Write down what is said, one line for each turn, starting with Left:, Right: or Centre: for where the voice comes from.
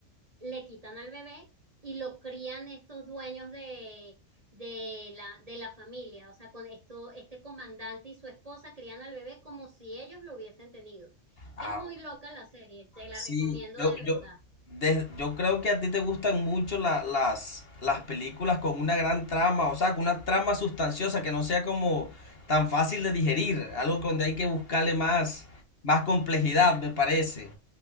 Right: le quitan al bebé y lo crían estos dueños de, de la, de la familia. O sea, con esto, este comandante y su esposa crían al bebé como si ellos lo hubiesen tenido.
Left: ah,
Right: Es muy
Left: ok.
Right: loca la serie, te la
Left: Sí,
Right: recomiendo
Left: yo,
Right: de verdad.
Left: yo, de- yo creo que a ti te gustan mucho la- las, las películas con una gran trama, o sea, con una trama sustanciosa que no sea como tan fácil de digerir, algo donde hay que buscarle más, más complejidad, me parece.